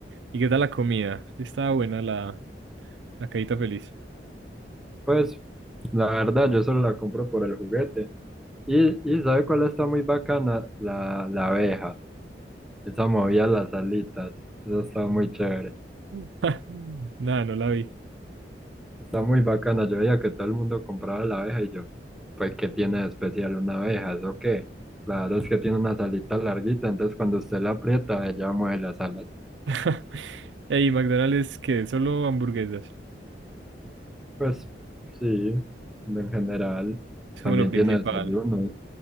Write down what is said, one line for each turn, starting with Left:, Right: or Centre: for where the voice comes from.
Right: ¿y qué tal la comida? Sí Estaba buena la, la cajita feliz.
Centre: Pues la verdad, yo solo la compro por el juguete. Y, y ¿sabe cuál está muy bacana? La, la abeja. Esa movía las alitas. Eso estaba muy chévere.
Right: Mm. <laughs> Nada, no la vi.
Centre: Está muy bacana. Yo veía que todo el mundo compraba la abeja y yo, pues, ¿qué tiene de especial una abeja? ¿Eso qué? Claro, es que tiene unas alitas larguitas, entonces cuando usted la aprieta, ella mueve las alas.
Right: <laughs> Ey, McDonald's que solo hamburguesas,
Centre: Pues sí, en general.
Right: es como
Centre: También
Right: lo Ok. principal.
Centre: tiene desayunos.